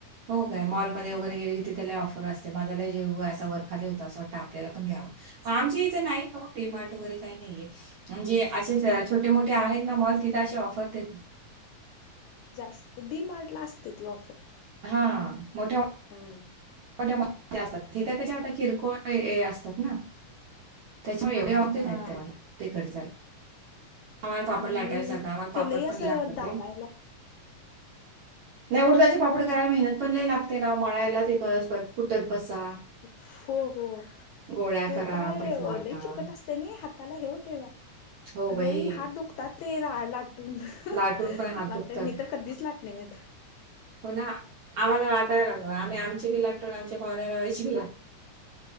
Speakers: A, on the right (about 75°); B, on the left (about 75°).
A: हो काय मॉलमध्ये वगैरे
B: हा
A: गेले क ति त्याला ऑफर असते माझ्याला जेव अस वरखाले होता असं वाटत आपल्याला पण घ्यावा आमच्या इथ नाही ह फ्रीमार्ट वगैरे काही नाहीय म्हणजे असे छोटे मोठे आहेत ना मॉल तिथं असे ऑफर देत नाही
B: जास्त दि मार्टला असते ती ऑफर
A: हा मोठ्या
B: हम्
A: मोठ्या असात इथे कश आता किरकोळ असतात ना त्याच्यामुळे एवढे
B: हा
A: ऑब
B: हा
A: नाही त्या मला ते घरी चाल आमर पापड
B: मग
A: लाटावे
B: मी
A: सख आम पापड
B: ते लई असं
A: पण लागत
B: दाबायला
A: नाही उडताची पापड
B: हो
A: करायला मेहनत पण नाही लागते ना मळायला तथ कुठत बसा
B: हो हो
A: गोळ्या
B: ते
A: करा,
B: काय
A: परत लाटा.
B: लय चिकट अस त्यानी हाताला हे होते बा
A: हो बाई
B: लई हात दुखतात ते रा लाटून
A: लाटून पण हात
B: बापरे
A: दुखतात
B: मी तर कधीच लाटले नाही
A: होणा आम्हाला वाटायला लागणार आम्ही आमची बी लागतो आणि आमच्या पाहुनेळेची बी लागतो